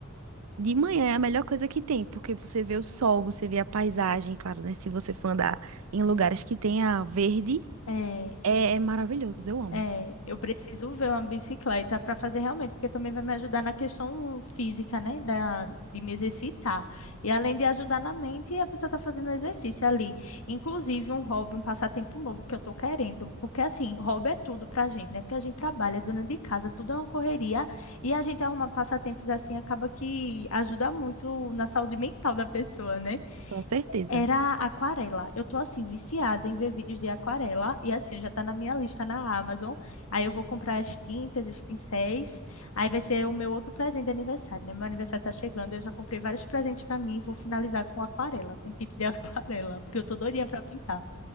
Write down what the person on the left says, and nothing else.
É.
É.
É, eu preciso ver uma bicicleta para fazer realmente, porque também vai me ajudar na questão física, né, da, de me exercitar. E além de ajudar na mente, a pessoa está fazendo exercício ali. Inclusive um hobby, um passatempo novo que eu estou querendo, porque assim, hobby é tudo para a gente, né? Porque a gente trabalha, é dona de casa, tudo é uma correria, e a gente arrumar passatempos assim acaba que ajuda muito na saúde mental da pessoa, né?
Era aquarela. Eu tô assim, viciada em ver vídeos de aquarela. E assim, já tá na minha lista na Amazon. Aí eu vou comprar as tintas, os pincéis. Aí vai ser o meu outro presente de aniversário, né? Meu aniversário tá chegando. Eu já comprei vários presentes pra mim. Vou finalizar com aquarela, com kit de <laughs> aquarela, porque eu tô doidinha pra pintar.